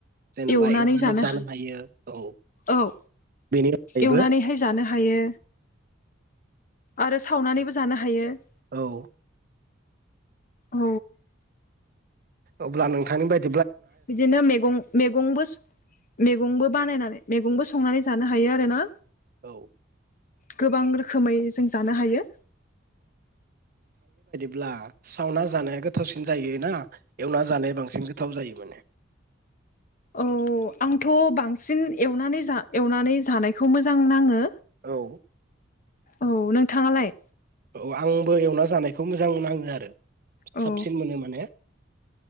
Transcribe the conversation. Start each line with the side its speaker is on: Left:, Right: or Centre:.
Right: जेन'बा
Left: एवनानै जानो हा
Right: हायो औ
Left: औ
Right: बेनि अनगायैबो
Left: एवनानैहाय जानो हायो। आरो सावनानैबो जानो हायो ।
Right: औ
Left: औ
Right: अब्ला नोंथांनि बायदि
Left: बिदिनो मेगं मेगंबो सं मेगंबो बानायनानै मेगंबो सं संनानै जानो हायो आरो ना
Right: औ
Left: गोबां रोख खोमै जों जानो हायो
Right: ब्ला सावना जानाया गोथावसिन जायो ना एवना जानाया बांसिन गोथाव जायो माने?
Left: औ आंथ' बांसिन एवनानै जा एवनानै जानायखौ मोजां नाङो
Right: औ
Left: औ नोंथाङालाय?
Right: औ आंबो एवना जानायखौ मोजां नाङो आरो
Left: औ
Right: साबसिन मोनो माने